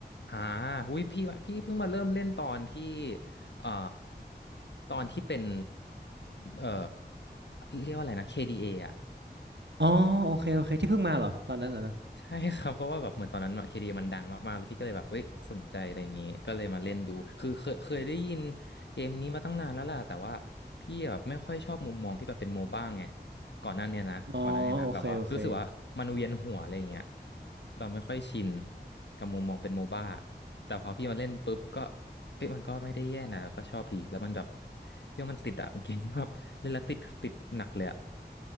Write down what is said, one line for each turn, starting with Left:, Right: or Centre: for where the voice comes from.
Left: อ่าอุ้ยพี่ว่าพี่เพิ่งมาเริ่มเล่นตอนที่เอ่อตอนที่เป็นเอ่อเรียกว่าอะไรนะ KDA ออ่ะ
Right: อ๋อโอเคโอเคที่เพิ่งมาเหรอตอนนั้นน่ะนะ
Left: ใช่ครับเพราะว่าแบบเหมือนตอนนั้นเคดีมันดังมากๆแล้วพี่ก็เลยแบบเอ้ยสนใจอะไรอย่างงี้ก็เลยมาเล่นดูคือเคยเคยได้ยินเกมนี้มาตั้งนานแล้วแหล่ะแต่ว่าพี่อะไม่ค่อยชอบมุมมองที่แบบเป็นโมบ้างไงก่อนหน้าเนี้ยนะก่อนหน้าเนี้ยนะแบบว่ารู้สึกว่ามันเวียนหัวอะไรอย่างเงี้ย
Right: อ๋อโอเคโอเค
Left: เราไม่ค่อยชินกับมุมมองเป็นโมบ้าแต่พอพี่มาเล่นปุ๊บก็เอ้ยมันก็ไม่ได้แย่นะแล้วก็ชอบดีแล้วมันแบบพี่ว่ามันติดอะเป็นเกมที่แบบเล่นแล้วติดติดหนักเลยอะ